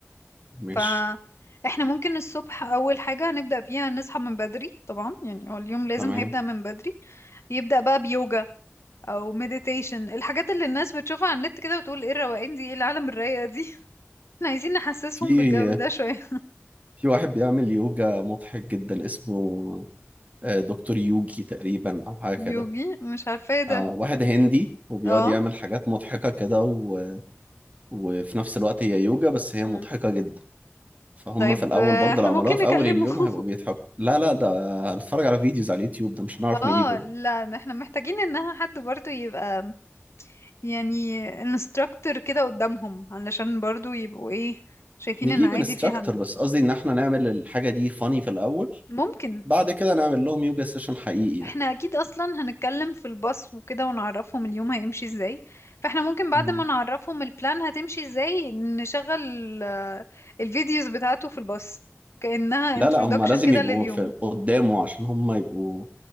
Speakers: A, on the right (about 30°); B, on the left (about 65°).
A: ماشي
B: فاحنا ممكن الصبح اول حاجة هنبدأ بيها نصحى من بدري طبعا يعني هو اليوم لازم
A: تمام
B: هيبدأ من بدري يبدأ بقى بيوجا او مديتيشن الحاجات اللي الناس بتشوفها على النت كده وتقول ايه الروقان دي ايه العالم الرايقة دي <laughs> احنا عايزين نحسسهم
A: في
B: بالجو ده شوية
A: في واحد بيعمل يوجا مضحك جدا اسمه آه، دكتور يوجي تقريبا او حاجة
B: يوجي
A: كده
B: مش عارفة ايه ده
A: آه، واحد هندي وبيقعد
B: اه
A: يعمل حاجات مضحكة كده و... وفي نفس الوقت هي يوجا بس هي
B: مم.
A: مضحكة جدا فهم
B: طيب
A: في الأول
B: آه،
A: برضه
B: احنا
A: لو عملوها
B: ممكن
A: في
B: نكلمه
A: أول اليوم
B: <laughs>
A: هيبقوا بيضحكوا لا لا ده هنتفرج على فيديوز على اليوتيوب ده مش هنعرف
B: اه
A: نجيبه ده.
B: لا احنا محتاجين انها حد برضو يبقى يعني انستراكتور كده قدامهم علشان برضو يبقوا ايه شايفين
A: نجيب
B: ان عادي
A: انستراكتور
B: في حد
A: بس قصدي ان احنا نعمل الحاجه دي فاني في الاول
B: ممكن
A: بعد كده نعمل لهم يوجا سيشن حقيقي
B: احنا
A: يعني
B: اكيد اصلا هنتكلم في الباص وكده ونعرفهم اليوم هيمشي ازاي فاحنا ممكن بعد
A: مم.
B: ما نعرفهم البلان هتمشي ازاي نشغل آه، الفيديوز بتاعته في الباص كأنها
A: لا
B: introduction
A: لا هم لازم
B: كده
A: يبقوا
B: لليوم
A: في قدامه عشان هم يبقوا